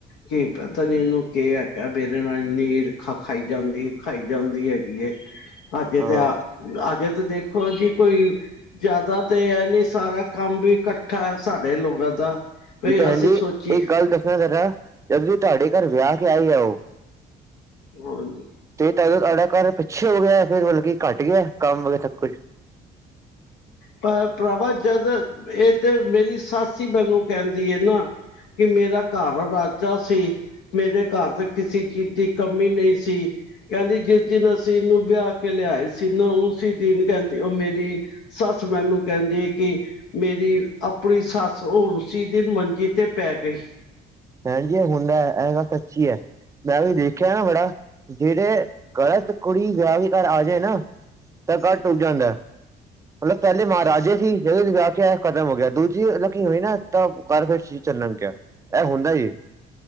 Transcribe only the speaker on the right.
ਹਾਂ
ਜੀ ਭੈਣ
ਜੀ
ਇੱਕ ਗੱਲ ਦੱਸਣਾ ਜਰਾ ਜਦ ਦੀ ਤੁਹਾਡੇ ਘਰ ਵਿਆਹ ਕੇ ਆਈ ਆ ਉਹ
ਤੇ ਤਦੋਂ ਤੁਹਾਡਾ ਘਰ ਪਿੱਛੇ ਹੋ ਗਿਆ ਫਿਰ ਮਤਲਬ ਕੀ ਘੱਟ ਗਿਆ ਕੰਮ ਵਗ ਸਭ ਕੁਝ।
ਹ ਜੀ ਇਹ ਹੁੰਦਾ ਇਹ ਗੱਲ ਤੇ ਅੱਛੀ ਹੈ। ਮੈਂ ਵੀ ਦੇਖਿਆ ਨਾ ਬੜਾ ਜਿਹੜੇ ਗ਼ਲਤ ਕੁੜੀ ਵਿਆਹ ਵੀ ਘਰ ਆ ਜਾਏ ਨਾ। ਤਾਂ ਘਰ ਉਜੜ ਜਾਂਦਾ। ਮਤਲਬ ਪਹਿਲੇ ਮਹਾਰਾਜੇ ਸੀ ਜਦੋਂ ਵਿਆਹ ਕਿਹਾ ਖਤਮ ਹੋ ਗਿਆ ਦੂਜੀ ਮਤਲਬ ਕੀ ਹੋਈ ਨਾ। ਤਾਂ ਘਰ ਫਿਰ ਚ ਚੱਲਣ ਗਿਆ। ਇਹ ਹੁੰਦਾ ਹੀ